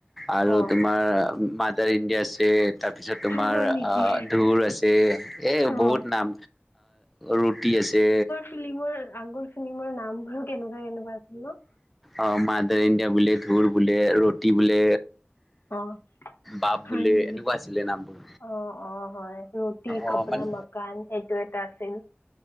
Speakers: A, in the centre; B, on the left.
A: আৰু
B: অ
A: তোমাৰ মাদাৰ ইণ্ডিয়া আছে তাৰপিছত তোমাৰ
B: হয় নেকি
A: ঢুৰ আছে। এই
B: অ
A: বহুত নাম ৰুটি আছে।
B: ফিলিমৰ আগৰ ফিলিমৰ নামবোৰ কেনেকুৱা কেনেকুৱা আছিল ন।
A: অ', মা দৰ ইণ্ডিয়া বোলে ধোৰ বোলে ৰুটি বোলে।
B: অ
A: বাপ
B: হয়
A: বোলে
B: নেকি
A: এনেকুৱা আছিলে নামবোৰ।
B: অ', অ', হয় ৰুটি
A: অ
B: কপ়ৰা
A: মানে
B: মকান সেইটো এটা আছিল।